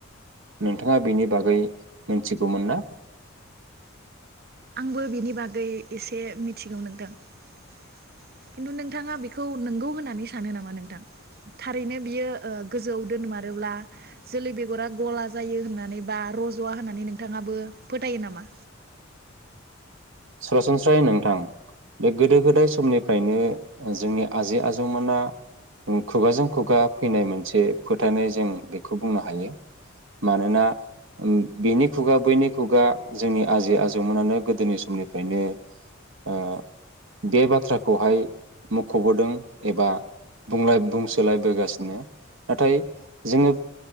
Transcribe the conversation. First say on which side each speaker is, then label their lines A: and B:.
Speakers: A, on the right; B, on the right.
A: नोंथाङा बेनि बागै मिथिगौमोन ना?
B: आंबो बिनि बागै एसे मिथिगौ नोंथां । खिन्तु नोंथाङा बेखौ नोंगौ होननानै सानो नामा नोंथां? थारैनो बियो गोजौआव दोनमारोब्ला जोलै बेगरा गला जायो होननानै बा रज'वा होननानै नोंथाङाबो फोथायो नामा?
A: सरासनस्रायै नोंथां बे गोदो गोदाय समनिफ्रायनो जोंनि आजै आजौमोना खुगाजों खुगा फैनाय मोनसे फोथायनाय जों बेखौ बुंनो हायो मानोना बेनि खुगा बैनि खुगा जोंनि आजै आजौमोनानो गोदोनि समनि खायनो ओ बे बाथ्राखौहाय मख'बोदों एबा बुंला -बुंसोलायबोगासिनो नाथाय जोङो